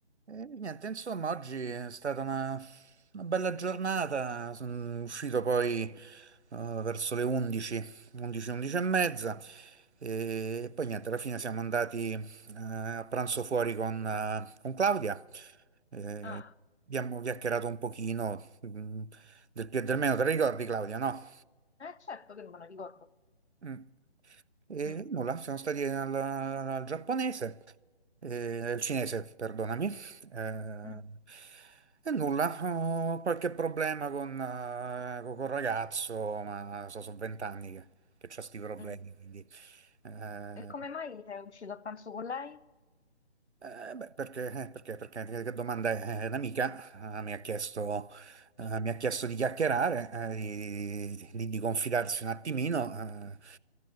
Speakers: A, on the right (about 80°); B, on the left (about 80°).
A: E niente, insomma, oggi è stata una, una bella giornata. Sono uscito poi eh, verso le 11, 11, 11 e mezza. E, e poi niente, alla fine siamo andati eh, a pranzo fuori con, eh, con Claudia. Eh,
B: Ah,
A: abbiamo chiacchierato un pochino mm, del più e del meno. Te la ricordi, Claudia, no?
B: eh certo che non me lo ricordo.
A: Mm. E
B: Mm,
A: nulla, siamo stati al, al giapponese, eh, al cinese, perdonami. eh,
B: mm,
A: e nulla, ho qualche problema con, eh, co- col ragazzo, ma so, sono vent'anni che, che ho questi problemi,
B: mm.
A: quindi... eh,
B: E come mai sei uscito a pranzo con lei?
A: eh, beh, perché, eh, perché, perché, eh, che domanda è? Eh, Un'amica eh, mi ha chiesto, eh,
B: Mica.
A: mi ha chiesto di chiacchierare, eh, di, di- di confidarsi un attimino,